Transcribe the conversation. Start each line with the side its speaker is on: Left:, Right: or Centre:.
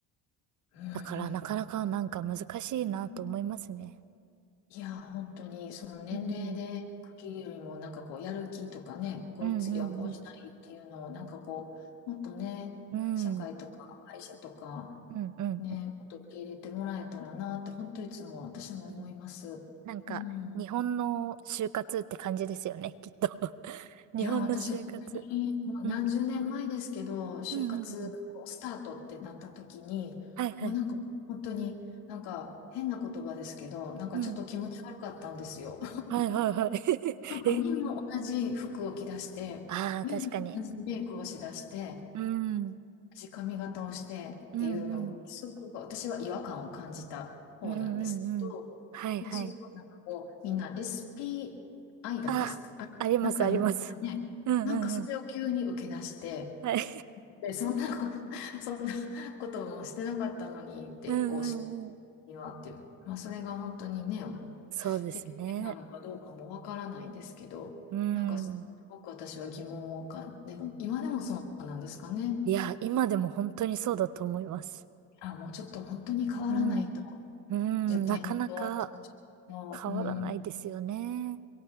Left: う
Right: だからなかなかなんか難しいなと思いますね。
Left: んいや、本当に、その年齢で区切るよりも、
Right: うん。
Left: なんかこう、やる気とかね、こう、
Right: うんうんうん。
Left: 次はこうしたいっていうのを、なんかこう、もっとね、
Right: うん
Left: 社会とか会社とか、
Right: うんうん
Left: ね、もっと受け入れてもらえたらなって、本当いつも私も思います。
Right: うん。なんか、
Left: うん。
Right: 日本の就活って感じですよね、きっと。<laughs> 日本の就活。
Left: いや、私、本当に、もう何十年前ですけど、
Right: うん。
Left: 就活、
Right: うんうんうん。
Left: こうスタートってなった時に、
Right: はいはい。
Left: もうなんか、本当に、なんか、変な言葉ですけど、なんかちょっと気持ち悪かったんですよ。
Right: うん。はいはいはい。<laughs>
Left: なんかみんな同じ服を着出して、
Right: え、ああ、
Left: みんな同じメイクをしだして、
Right: 確かに。うん。
Left: 同じ髪型をしてっていうのを、
Right: うんうん。
Left: すごく私は違和感を感じた方なんですけど、
Right: うんうんうん。はいはい。
Left: で、そうなんかこう、みんな SPI だってですかあ、
Right: あ、ありますあります。
Left: なんかありますかね。
Right: うんうんうん。
Left: なんかそれを急に受け出して、
Right: はい。
Left: で、そんなこ、<laughs> そんなこともしてなかったのにって、
Right: <laughs> うんうんうん。
Left: こう、にはっていう。まあ、それが本当にね、
Right: そうですね。
Left: 適正なのかどうかもわからないんですけど、
Right: うん。
Left: なんかすごく私は疑問をかん、でも今でもそうなんですかね。
Right: いや、今でも本当にそうだと思います。
Left: あ、もうちょっと本当に変わらないと、
Right: うん。うん、
Left: 受験と、
Right: なかなか
Left: もう、
Right: 変わらないですよね。
Left: うん、